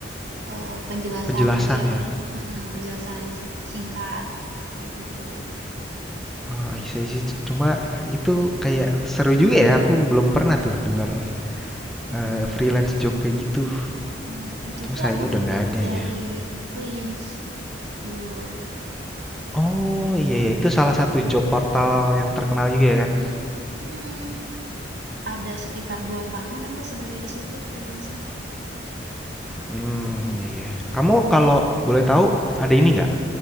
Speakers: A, on the right; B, in the centre.
A: Eee, penjelasan
B: Penjelasan
A: aja
B: ya.
A: mhm, penjelasan si singkat, kayak gitu.
B: Oh, I see, I see. Cuma itu kayak seru juga ya. Aku belum pernah tuh denger
A: Mhm.
B: eh, freelance job kayak gitu.
A: Nah, itu
B: Cuma
A: tuh
B: sayangnya
A: aku
B: udah
A: dapat
B: nggak ada
A: dari
B: ya.
A: Glints dulu.
B: Oh iya ya itu salah satu job portal yang terkenal juga ya kan?
A: Mhm, ada sekitar 2 tahun aku sebagai di situ freelance-nya,
B: Hmm iya iya. Kamu
A: lumayan.
B: kalau boleh tahu ada ini nggak?